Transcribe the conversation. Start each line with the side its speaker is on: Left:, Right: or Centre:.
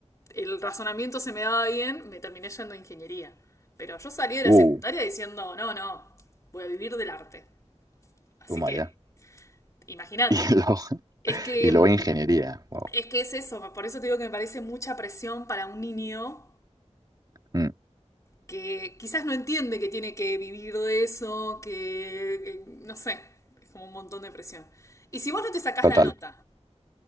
Left: el razonamiento se me daba bien, me terminé yendo a ingeniería. Pero yo salí de la
Right: Uh,
Left: secundaria diciendo, no, no, voy a vivir del arte. Así
Right: toma
Left: que,
Right: ya.
Left: imagínate.
Right: Y <laughs> luego,
Left: Es que
Right: y luego
Left: mm,
Right: ingeniería. Wow.
Left: Es que es eso, por eso te digo que me parece mucha presión para un niño
Right: Mm,
Left: que quizás no entiende que tiene que vivir de eso, que eh, no sé, es como un montón de presión. Y si vos no te sacás
Right: total.
Left: la nota